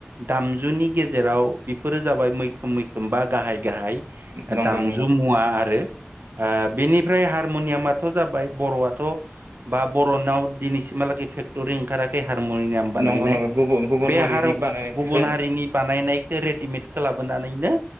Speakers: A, on the right (about 55°); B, on the right (about 80°).
A: दामजुनि गेजेराव बेफोरो जाबाय मैखोम मैखोम बा गाहाय गाहाय
B: नंगौ
A: दामजु
B: नंगौ
A: मुवा आरो ओ बेनिफ्राय हारमुनियामाथ' जाबाय बर'आथ' बा बर'नाव दिनैसिमहालागै फेक्टरि ओंखाराखै से हारमुनियाम बानायनाय
B: नंगौ नंगौ गुबुन गुबुन
A: बे
B: हारिनि
A: हार
B: बानायनायसोसो
A: गुबुन हारिनि बानायनाय रेडिमेडखो लाबोनानैनो